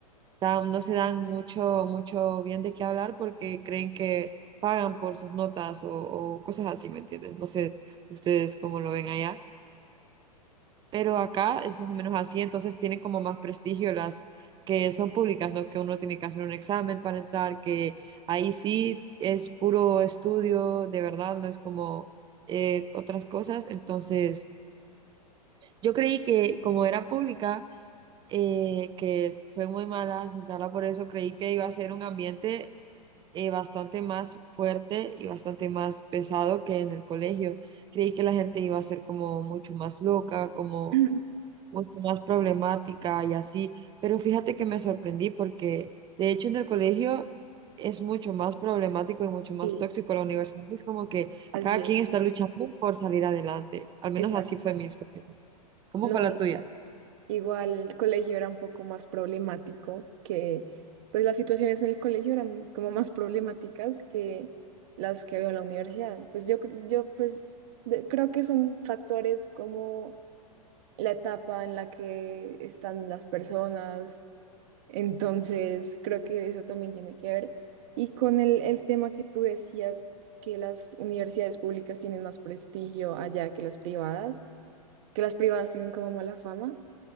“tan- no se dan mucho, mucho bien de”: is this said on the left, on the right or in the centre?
Right